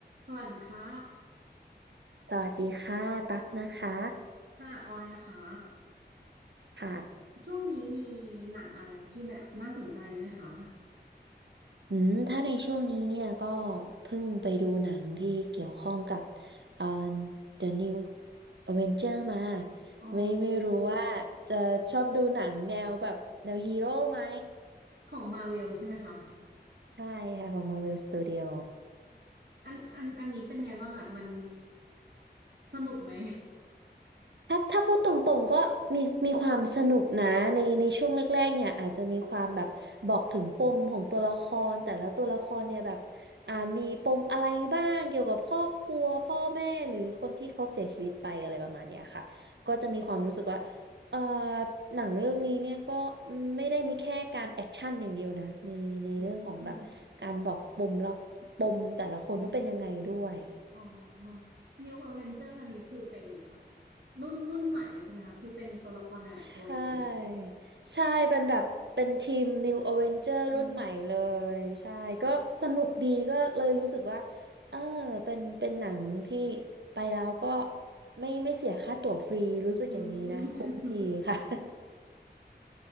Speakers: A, on the right (about 65°); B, on the right (about 85°).
A: สวัสดีค่ะ
B: สวัสดีค่ะตักนะคะ
A: ค่ะออยนะคะ
B: ค่ะ
A: ช่วงนี้มีหนังอะไรที่แบบน่าสนใจไหมคะ
B: อืมถ้าในช่วงนี้เนี่ยก็เพิ่งไปดูหนังที่เกี่ยวข้องกับเอ่อ The New Avenger มา
A: อ๋อ
B: ไม่ไม่รู้ว่าจะชอบดูหนังแนวแบบแนวฮีโร่ไหม
A: ของมาเวลใช่ไหมคะ
B: ใช่ค่ะของ Marvel Studio
A: อันอันอันนี้เป็นไงบ้างอะ มันสนุกไหม
B: ถ้าถ้าพูดตรงๆก็มีมีความสนุกนะในในช่วงแรกๆเนี่ยอาจจะมีความแบบบอกถึงปมของตัวละครแต่ละตัวละครเนี่ยแบบอ่ามีปมอะไรบ้างเกี่ยวกับครอบครัวพ่อแม่หรือคนที่เขาเสียชีวิตไปอะไรประมาณเนี้ยค่ะก็จะมีความรู้สึกว่าเอ่อหนังเรื่องนี้เนี่ยก็ไม่ได้มีแค่การแอคชั่นอย่างเดียวนะมีในเรื่องของแบบการบอกปมแล้วปมแต่ละคนว่าเป็นยังไงด้วย
A: <laughs> อืมอืมอ๋อ New Avenger อันนี้คือเป็นแบบรุ่นรุ่นใหม่เลยใช่ไหมคะ คือเป็นตัวละครหลายๆตัวเลย
B: ใช่ใช่เป็นแบบเป็นทีม New Avenger
A: อ๋อ
B: รุ่นใหม่เลยใช่ก็สนุกดีก็เลยรู้สึกว่าเออเป็นเป็นหนังที่ไปแล้วก็ไม่ไม่เสียค่าตั๋วฟรีรู้สึกอย่างนี้นะคุ้มดีค่ะ
A: อืม <laughs>
B: <laughs>